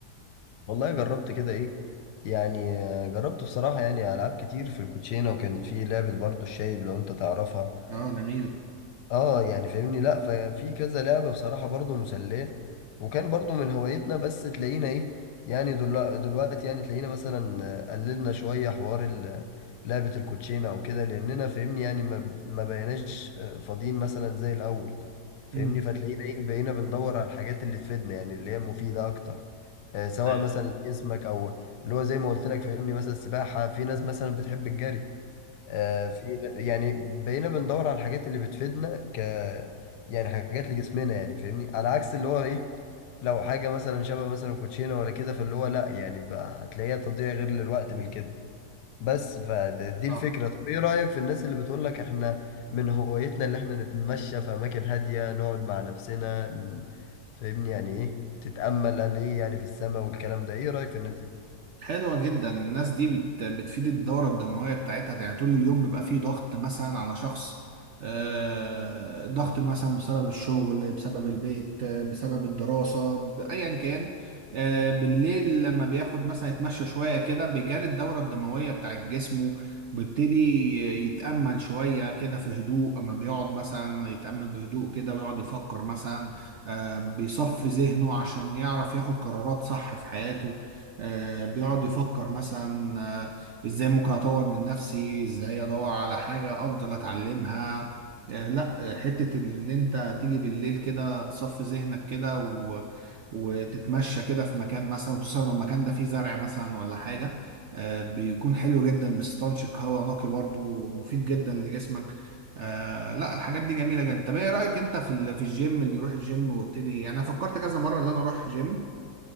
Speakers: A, on the left; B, on the right.
A: والله جربت كده ايه يعني آه، جربت بصراحه يعني العاب كتير في الكوتشينه وكانت في لعبه برضو الشايب لو انت تعرفها
B: اه جميلة
A: اه يعني فاهمني لا ففي كذا لعبة بصراحة برضو مسلية وكان برضو من هوايتنا بس تلاقينا ايه يعني دل- دلوقتي يعني تلاقينا مثلا آه، قللنا شوية حوار ال- لعبة الكوتشينة او كده لاننا فاهمني يعني ما ما بقيناش آه، فاضيين مثلا زي الاول فاهمني
B: امم
A: فتلاقينا ايه بقينا بندور على الحاجات اللي تفيدنا يعني اللي هي مفيدة اكتر آه، سواء
B: أيوة.
A: مثلا لجسمك او اللي هو زي ما قلت لك فاهمني مثلا السباحة في ناس مثلا بتحب الجري آه، في يعني بقينا بندور على الحاجات اللي بتفيدنا ك يعني حاجات لجسمنا يعني فاهمني على عكس اللي هو ايه لو حاجة مثلا شبه مثلا كوتشينة ولا كده فاللي هو لا يعني بقى هتلاقيها تضييع غير للوقت بالكده بس فدي
B: اه
A: الفكرة طب ايه رأيك في الناس اللي بتقول لك احنا من هوايتنا اللي احنا نتمشى في اماكن هادية نقعد مع نفسنا ن- فاهمني يعني ايه تتأمل قال ايه يعني في السماء والكلام ده ايه رأيك في الناس دي
B: حلوة جدا الناس دي بت... بتفيد الدورة الدموية بتاعتها يعني طول اليوم بيبقى فيه ضغط مثلا على شخص آه، ضغط مثلا بسبب الشغل بسبب البيت آه، بسبب الدراسة ب- أيا كان آه، بالليل لما بياخد مثلا يتمشى شوية كده بيجاري الدورة الدموية بتاعت جسمه بيبتدي يتأمل شوية كده في هدوء أما بيقعد مثلا يتأمل بهدوء كده ويقعد يفكر مثلا آه، بيصفي ذهنه عشان يعرف ياخد قرارات صح في حياته آه، بيقعد يفكر مثلا آه، ازاي ممكن اطور من نفسي ازاي ادور على حاجة افضل اتعلمها آه، لا آه، حتة اللي انت تيجي بالليل كده تصفي ذهنك كده و... وتتمشى كده في مكان مثلا خصوصا لو المكان ده فيه زرع مثلا ولا حاجة آه، بيكون حلو جدا بيستنشق هواء نقي برضو ومفيد جدا لجسمك آه لا الحاجات دي جميله جدا طب ايه رايك انت في ال- في الجيم اللي يروح الجيم وابتدي يعني انا فكرت كذا مره ان انا اروح جيم